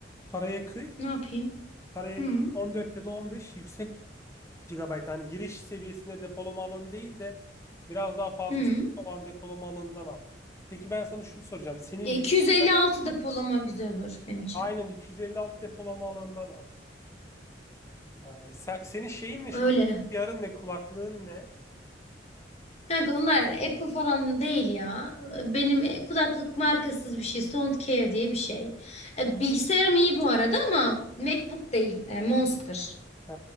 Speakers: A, on the left (about 15°); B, on the left (about 35°).
A: Paraya kıy.
B: Ne yapayım?
A: Paraya
B: Hı
A: kıy. 14 ya da 15 yüksek gigabayt. Hani giriş seviyesine depolama alanı değil de biraz daha fazlası
B: hı.
A: olan depolama alanından al. Peki ben sana şunu soracağım. Senin
B: Ya 256
A: bilgisayarın
B: depolama güzel olur benim için.
A: Aynen iki yüz elli alt depolama alanından al. Ee, sen- senin şeyin ne
B: Öyle.
A: şimdi? Bilgisayarın ne? Kulaklığın ne?
B: Kanka onlar Apple falan değil ya. Benim e, kulaklık markasız bir şey. Soundcare diye bir şey. E, Bilgisayarım iyi bu arada ama MacBook değil. e, Monster
A: He,